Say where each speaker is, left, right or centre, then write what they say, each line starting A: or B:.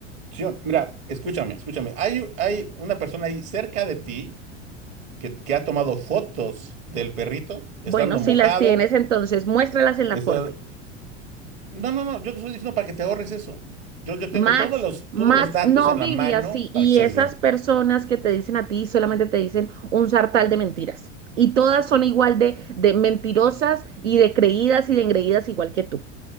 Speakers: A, on the right (about 50°); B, on the right (about 75°).
A: Sí o- Mira, escúchame, escúchame. Hay, u- hay una persona ahí cerca de ti que, que ha tomado fotos del perrito, estando
B: Bueno, si
A: mojado.
B: las tienes, entonces muéstralas en la
A: está-
B: corte.
A: No, no, no, yo te estoy diciendo para que te ahorres eso. Yo, yo tengo
B: Max,
A: todos los,
B: Max
A: todos los datos
B: no
A: en
B: vive
A: la mano
B: así.
A: para
B: Y
A: que estés
B: esas
A: bien.
B: personas que te dicen a ti solamente te dicen un sartal de mentiras. Y todas son igual de, de mentirosas y de creídas y de engreídas igual que tú.